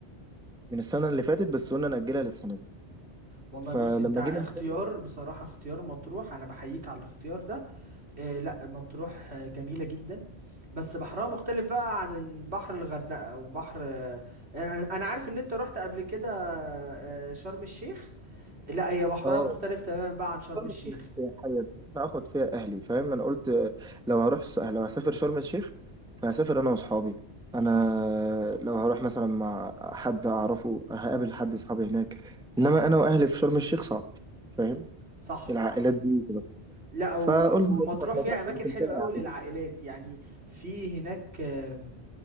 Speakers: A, in the centre; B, on the right.
A: من السنه اللي فاتت بس قلنا ناجلها للسنه دي
B: والله
A: فلما
B: بص انت اختيار
A: جينا نسافر
B: بصراحه اختيار مطروح انا بحييك على الاختيار ده آه لا مطروح آه، جميلة جدا بس بحرها مختلف بقى عن بحر الغردقة وبحر آه، انا أنا عارف ان انت رحت قبل كده آه، شرم الشيخ لا هي بحرها
A: اه
B: مختلف تماما بقى عن شرم
A: شرم
B: الشيخ
A: الشيخ سياحية مش هينفع اخد فيها اهلي فاهم انا قلت لو هروح س- لو هسافر شرم الشيخ فهسافر انا واصحابي انا لو هروح مثلا مع حد اعرفه هقابل حد اصحابي هناك انما انا واهلي في شرم الشيخ صعب فاهم
B: صح
A: العائلات
B: صح
A: دي بتبقى-
B: لا و-
A: فقلنا مطروح،
B: ومطروح
A: مطروح
B: فيها اماكن
A: اللي كنت
B: حلوة
A: فيها
B: قوي للعائلات يعني في هناك آم،